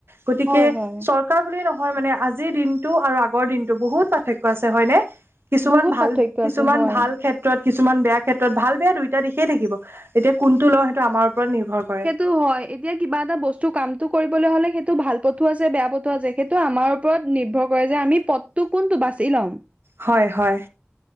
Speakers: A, on the right (about 55°); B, on the right (about 30°).
A: গতিকে
B: হয় হয়
A: বুলি নহয় মানে আজিৰ দিনটো আৰু আগৰ দিনটো বহুত পাৰ্থক্য আছে হয়নে? কিছুমান
B: বহুত
A: ভাল
B: পাৰ্থক্য
A: কিছুমান
B: আছে হয়।
A: ভাল খে <unintelligible> কিছুমান বেয়া ক্ষেত্ৰত ভাল বেয়া দুইটা দিশেই থাকিব এতিয়া কোনটো লও সেইটো আমাৰ ওপৰত নিৰ্ভৰ কৰে।
B: টো হয় এতিয়া কিবা এটা বস্তু কামটো কৰিবলৈ হলে সেইটো ভাল পথো আছে, বেয়া পথো আছে সেইটো আমাৰ উপ ওপৰত নিৰ্ভৰ কৰে যে আমি পথটো কোনটো বাছি ল'ম।
A: হয় হয়।